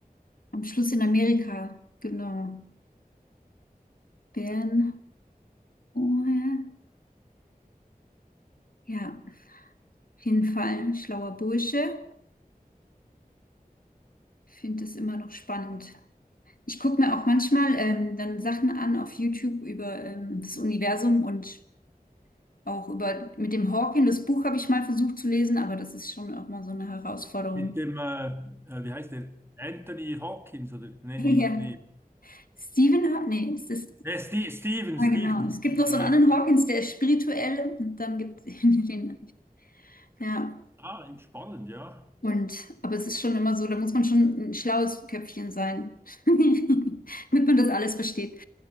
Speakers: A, on the left; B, on the right.
A: am Schluss in Amerika. Genau. Bern. Oh, ja. Ja, auf jeden Fall ein schlauer Bursche. Ich finde das immer noch spannend. Ich gucke mir auch manchmal ähm, dann Sachen an auf YouTube über ähm, das Universum und auch über mit dem Hawking. Das Buch habe ich mal versucht zu lesen, aber das ist schon auch mal so eine Herausforderung.
B: Mit dem,
A: <laughs>
B: äh, äh, wie heißt der? Anthony Hawkins oder? Nee, nicht,
A: Ja.
B: nee.
A: Stephen Haw- nee, es ist,
B: Nee, Ste Steven,
A: ah,
B: Steven,
A: genau. Es
B: Steven,
A: gibt noch so
B: ja.
A: einen anderen Hawkins, der ist spirituell und dann gibt es <laughs> den, ja.
B: Ah, spannend, ja.
A: Und, aber es ist schon immer so, da muss man schon ein schlaues Köpfchen sein, <laughs> damit man das alles versteht.